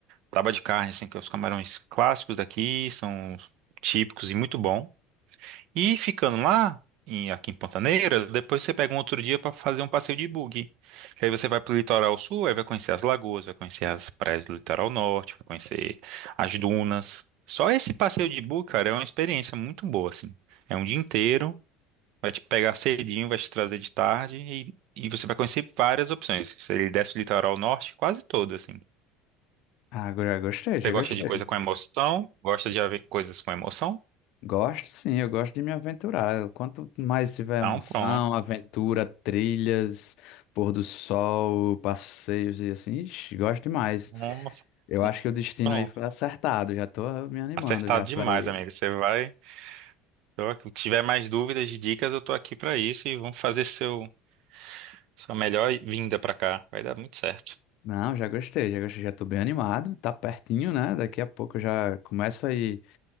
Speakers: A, on the right; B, on the left.
A: Taba de Carne, assim, que é os camarões clássicos daqui, são típicos e muito bom. E ficando lá, em- aqui em Pantaneira, depois você pega um outro dia para fazer um passeio de buggy. Que Aí você vai pro litoral sul, aí vai conhecer as lagoas, vai conhecer as praias do litoral norte, vai conhecer as dunas. Só esse passeio de buggy, cara, é uma experiência muito boa, assim. É um dia inteiro, vai te pegar cedinho, vai te trazer de tarde e, e você vai conhecer várias opções. Ele desce o litoral norte quase todo, assim.
B: Ah, já gostei, já
A: Você gosta
B: gostei.
A: de coisa com emoção? Gosta de ave- coisas com emoção?
B: Gosto sim, eu gosto de me aventurar. Quanto mais tiver
A: Então
B: emoção,
A: pronto.
B: aventura, trilhas, pôr do sol, passeios e assim, ixi, gosto demais.
A: Nossa,
B: Eu acho que o destino
A: pronto.
B: aí foi acertado. Já tô me animando
A: Acertado
B: já
A: demais,
B: pra ir.
A: amigo. Você vai. Então, Se tiver mais dúvidas, dicas, eu tô aqui pra isso e vamos fazer seu sua melhor vinda pra cá. Vai dar muito certo.
B: Não, já gostei, já gostei, já tô bem animado. Tá pertinho, né? Daqui a pouco eu já começo aí